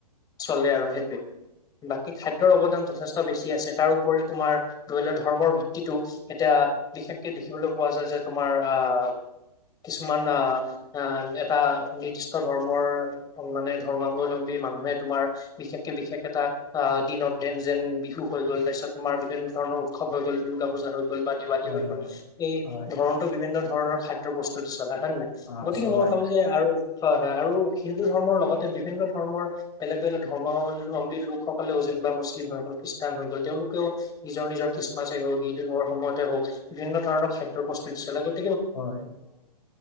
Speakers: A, on the left; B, on the left.
A: চলে আৰু সেইটোৱে বাকী খাদ্যৰ অৱদান যথেষ্ট বেছি আছে তাৰপৰি তোমাৰ ধৰি লোৱা ধৰ্মৰ ভিত্তিটো এতিয়া বিশেষকে দেখিবলৈ পোৱা যায় যে তোমাৰ আহ কিছুমান আহ আহ এটা নিৰ্দিষ্ট ধৰ্মৰ মানে ধৰ্মাৱলম্বী মানুহে তোমাৰ বিশেষকে বিশেষ এটা অ দিনত যেন যেন বিহু হৈ গ'ল তাৰপিছত তোমাৰ বিভিন্ন ধৰণৰ উৎসৱ হৈ গ'ল দুৰ্গা পূজা হৈ গ'ল গল বা দেৱালী
B: হয়
A: হৈ গ'ল
B: হয়
A: এই
B: হয়
A: ধৰণটো বিভিন্ন <unintelligible> ধৰণৰ খাদ্য প্ৰস্তুত দি চলা হয় নে নাই
B: অ
A: গতিকে
B: চলাই
A: মই ভাবো যে আৰু হয় হয় আৰু হিন্দু ধৰ্মৰ লগতে বিভিন্ন ধৰ্মৰ বেলেগ বেলেগ ধৰ্মাৱলম্বী লোকসকলেও যেনিবা মুছলিম হৈ গল খ্ৰীষ্টান হৈ গ'ল তেওঁলোকেও নিজৰ নিজৰ খ্ৰীষ্টমাছেই হওক ঈদৰ সময়তে হওক বিভিন্ন ধৰণৰ খাদ্য প্ৰস্তুত দিছিল <unintelligible>
B: হয়